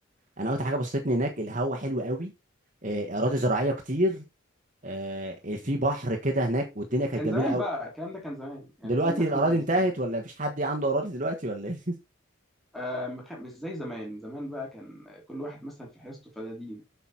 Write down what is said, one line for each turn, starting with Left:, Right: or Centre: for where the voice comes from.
Right: انا اكتر حاجه بسطتني هناك الهوا حلو قوي آه، اراضي زراعيه كتير آه، في بحر كده هناك والدنيا كانت
Centre: كان
Right: جميله
Centre: زمان
Right: قوي
Centre: بقى الكلام ده كان زمان يعني
Right: دلوقتي
Centre: الكلام ده
Right: الاراضي
Centre: كله كان
Right: انتهت
Centre: زمان
Right: ولا مفيش حد عنده اراضي دلوقتي ولا ايه <laughs>
Centre: آه ما كان مش زي زمان زمان بقى كان كل واحد مثلا في حصته فده دين